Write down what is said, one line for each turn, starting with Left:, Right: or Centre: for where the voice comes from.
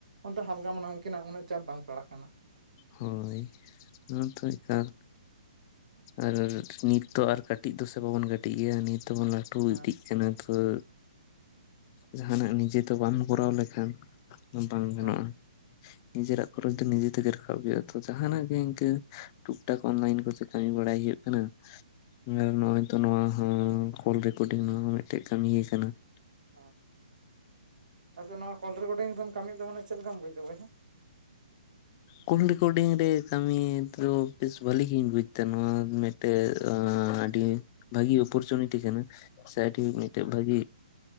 Right: ᱚᱱᱛᱮ ᱦᱟᱞᱠᱟ ᱢᱚᱱᱮᱣ ᱟᱠᱤᱱᱟ ᱩᱱᱟᱹᱜ ᱪᱟᱯ ᱵᱟᱝ ᱯᱟᱲᱟᱜ ᱠᱟᱱᱟ ᱾
Left: ᱦᱳᱭ ᱱᱤᱛ ᱦᱩᱥᱩᱜ ᱠᱟᱱ ᱟᱨ ᱱᱤᱛ ᱼᱼ ᱛᱚ ᱟᱨ ᱠᱟᱹᱴᱤᱡ ᱫᱚᱥᱮ ᱵᱟᱵᱚᱱ ᱠᱟᱹᱴᱤᱡ ᱜᱮᱭᱟ ᱱᱤᱛ ᱫᱚᱵᱚᱱ ᱞᱟᱹᱴᱩ
Right: ᱦᱮᱸ
Left: ᱤᱫᱤᱜ ᱼᱼ ᱡᱤᱱᱟ. ᱜ ᱵᱷᱚᱨ ᱡᱟᱦᱟᱸᱱᱟᱜ ᱱᱤᱡᱮ ᱛᱮ ᱵᱟᱢ ᱠᱚᱨᱟᱣ ᱞᱮᱠᱷᱟᱱ ᱼᱼ ᱵᱟᱝ ᱜᱟᱱᱚᱜᱼᱟ
Right: ᱦᱮᱸ
Left: ᱱᱤᱡᱮᱨᱟᱜ ᱠᱷᱚᱨᱚᱪ ᱫᱚ ᱱᱤᱡᱮ ᱛᱮᱜᱮ ᱼᱼ ᱠᱟᱵ ᱦᱩᱭᱩᱜᱟ ᱛᱚ ᱡᱟᱦᱟᱱᱟᱜ ᱜᱮ ᱤᱱᱠᱟᱹ ᱴᱩᱠ ᱴᱟᱠ ᱚᱱᱞᱟᱭᱤᱱ ᱠᱚᱛᱮ ᱠᱟᱹᱢᱤ ᱵᱟᱲᱟᱭ ᱦᱩᱭᱩᱜ ᱠᱟᱱᱟ ᱾ ᱧᱮᱞ ᱢᱮ ᱱᱚᱜᱼᱚᱭ ᱛᱚ ᱱᱚᱶᱟ ᱦᱚᱸ ᱠᱚᱞ ᱨᱮᱠᱳᱰᱤᱝ ᱱᱚᱣᱟ ᱦᱚᱸ ᱢᱤᱫᱴᱮᱡ ᱠᱟᱹᱢᱤ ᱠᱟᱱᱟ ᱾
Right: ᱦᱮᱸ ᱟᱪᱪᱷᱟ ᱱᱚᱣᱟ ᱠᱚᱞ ᱨᱮᱠᱚᱨᱰᱤᱝ ᱨᱮᱢ ᱠᱟᱹᱢᱤᱭᱮᱫ ᱫᱚ ᱢᱟᱱᱮ ᱪᱮᱫ ᱞᱮᱠᱟᱢ ᱵᱩᱡᱟ ᱵᱚᱭᱦᱟ? ᱾
Left: ᱠᱚᱞ ᱨᱮᱠᱳᱰᱤᱝ ᱨᱮ ᱠᱟᱹᱢᱤ ᱫᱚ ᱵᱮᱥ ᱵᱷᱟᱹᱞᱤ ᱜᱤᱧ ᱵᱩᱡ ᱫᱟ ᱱᱚᱶᱟ ᱢᱤᱫ ᱼᱼ ᱛᱮ ᱟᱹᱰᱤ ᱵᱷᱟᱜᱤ ᱚᱯᱚᱨᱪᱩᱱᱤᱴᱤ ᱠᱟᱱᱟ ᱥᱮ ᱟᱰᱤ ᱢᱤᱫ ᱴᱮᱡ ᱵᱷᱟᱜᱤ ᱼᱼ